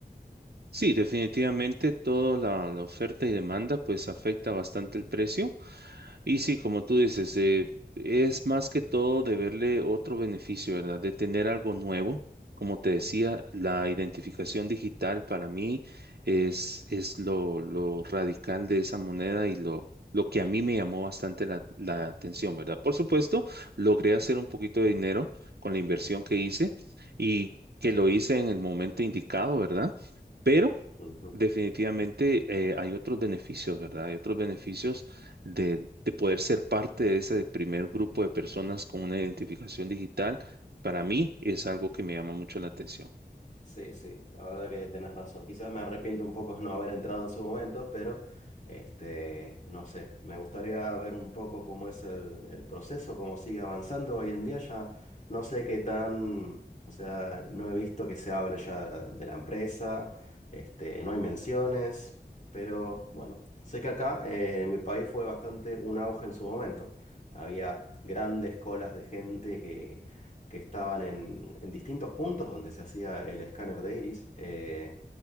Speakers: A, on the right; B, on the left.
A: Sí, definitivamente toda la, la oferta y demanda pues afecta bastante el precio. Y sí, como tú dices, eh, es más que todo de verle otro beneficio, ¿verdad? De tener algo nuevo. Como
B: Ujú,
A: te decía, la identificación digital para mí es, es lo, lo radical de esa moneda y lo, lo que a mí me llamó bastante la, la atención, ¿verdad? Por supuesto, logré hacer un poquito de dinero con la inversión que hice y que lo hice en el momento indicado, ¿verdad? Pero
B: ujú.
A: Definitivamente eh, hay otros beneficios, ¿verdad? Hay otros beneficios de, de poder ser parte de ese primer grupo de personas con una identificación digital. Para mí es algo que me llama mucho la atención.
B: Sí, sí, la verdad que tenés razón. Quizás me arrepiento un poco de no haber entrado en su momento, pero este, no sé, me gustaría ver un poco cómo es el, el proceso, cómo sigue avanzando. Hoy en día ya no sé qué tan, o sea, no he visto que se hable ya de la empresa, este, no hay menciones, pero bueno, sé que acá eh, en mi país fue bastante un auge en su momento. Había grandes colas de gente que estaban en, en distintos puntos donde se hacía el escáner de iris. eh,